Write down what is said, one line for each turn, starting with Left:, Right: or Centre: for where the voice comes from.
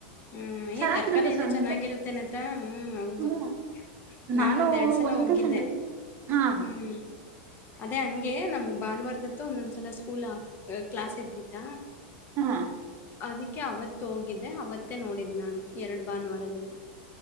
Left: ಹ್ಮ್ ಏ
Right: ಚೆನ್ನಾಗಿರುತ್ತೆ
Left: ತರಕಾರಾರಿ ಎಲ್ಲ
Right: ಸಂತೆ
Left: ಚೆನ್ನಾಗಿರುತ್ತೇ ನೇತ್ರ ಹ್ಮ್ ಹೌದು
Right: ಹ್ಮ್
Left: ನಾನೊಂದ್
Right: ನಾನು
Left: ಎರಡ್ ಸಲ
Right: ಒಂದೇ
Left: ಹೋಗಿದ್ದೆ
Right: ಸಂಡೆ ಹಾ
Left: ಹ್ಮ್ ಅದೇ ಹಂಗೆ ನಮ್ಗ್ ಭಾನುವಾರದತ್ತು ಒಂದೊಂದ್ಸಲ ಸ್ಕೂಲ್ ಆ ಕ್ಲಾಸ್ ಇರ್ತಿತ್ತ
Right: ಹಾ
Left: ಅದಕ್ಕೆ ಅವತ್ತು ಹೋಗಿದ್ದೆ ಅವತ್ತೇ ನೋಡಿದ್ ನಾನು ಎರಡು ಭಾನುವಾರದಲ್ಲಿ